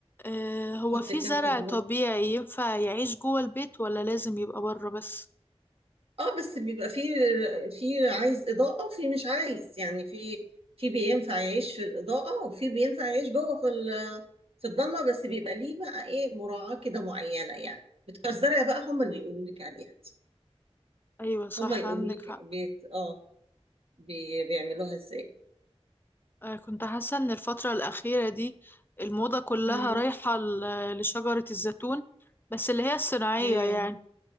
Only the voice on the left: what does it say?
آه هو
في زرع
طبيعي ينفع يعيش جوه البيت ولا لازم يبقى بره بس
ايوه صح
عندك
حق
آه كنت حاسة ان الفترة الأخيرة دي الموضة كلها
رايحة ل- لشجرة الزيتون بس اللي هي الصناعية
يعني